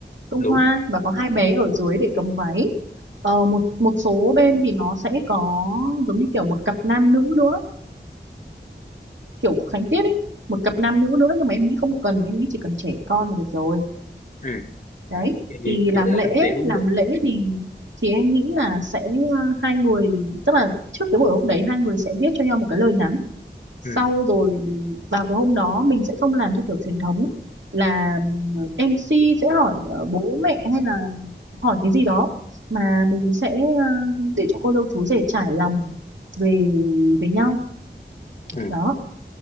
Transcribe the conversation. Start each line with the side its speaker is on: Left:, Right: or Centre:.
Right: tung
Left: đúng
Right: hoa và có hai bé ở dưới để cầm váy ờ, một một số bên thì nó sẽ có giống như kiểu một cặp nam nữ nữa kiểu khánh tiết ấy một cặp nam nữ nữa nhưng mà em nghĩ không cần em nghĩ chỉ cần trẻ con là được rồi
Left: ừ.
Right: đấy
Left: thì thì
Right: thì
Left: thật
Right: làm
Left: ra
Right: lễ
Left: thế cũng
Right: làm
Left: được
Right: lễ thì thì em nghĩ là sẽ ờ, hai người tức là trước cái buổi hôm đấy hai người sẽ viết cho nhau một cái lời nhắn sau
Left: ừ.
Right: rồi vào cái hôm đó mình sẽ không làm theo kiểu truyền thống là ừm, MC sẽ hỏi ờ, bố mẹ hay là hỏi cái gì đó mà mình sẽ ờ, để cho cô dâu chú rể trải lòng về về nhau
Left: Ừ.
Right: đó